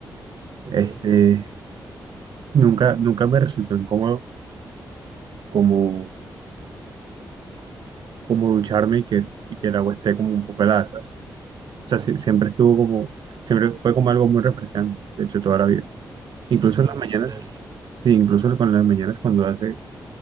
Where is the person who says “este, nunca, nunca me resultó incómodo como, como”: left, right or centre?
Right